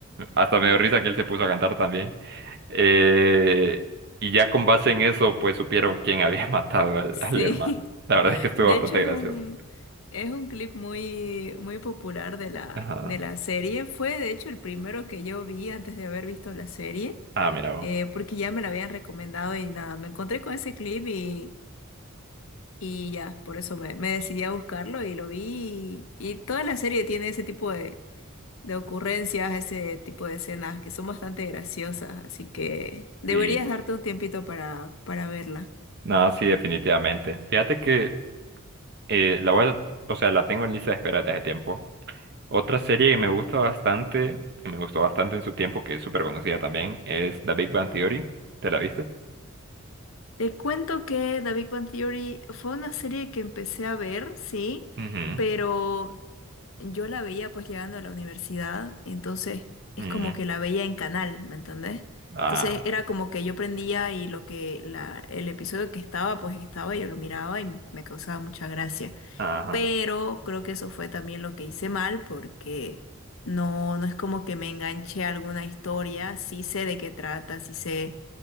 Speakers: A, on the right (about 50°); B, on the left (about 75°).
A: Hasta me dio risa que él se puso a cantar también. Eh, y ya con base en eso, pues supieron quién había <laughs> matado al,
B: Sí,
A: al hermano. La verdad es
B: <laughs>
A: que estuvo
B: de
A: bastante
B: hecho es
A: gracioso.
B: un, es un clip muy, muy popular de la,
A: Ajá.
B: de la serie. Fue de hecho el primero que yo vi antes de haber visto la serie,
A: Ah, mira vos.
B: eh, porque ya me la habían recomendado y nada, me encontré con ese clip y, y ya, por eso me, me decidí a buscarlo y lo vi. Y, y toda la serie tiene ese tipo de, de ocurrencias, ese tipo de escenas que son bastante graciosas, así que deberías
A: Sí.
B: darte un tiempito para, para verla.
A: No, sí, definitivamente. Fíjate que Eh, la voy a- o sea, la tengo en lista de espera desde hace tiempo. Otra serie que me gusta bastante, que me gustó bastante en su tiempo, que es súper conocida también, es The Big Bang Theory. ¿Te la viste?
B: Te cuento que The Big Bang Theory fue una serie que empecé a ver, sí,
A: Ujú,
B: pero yo la veía pues llegando a la universidad, entonces es
A: mm,
B: como que la veía en canal, ¿me entendés?
A: Ah,
B: Entonces era como que yo prendía y lo que la, el episodio que estaba, pues estaba, yo lo miraba y me causaba mucha gracia
A: ajá.
B: pero creo que eso fue también lo que hice mal porque no, no es como que me enganché a alguna historia, sí sé de qué trata, sí sé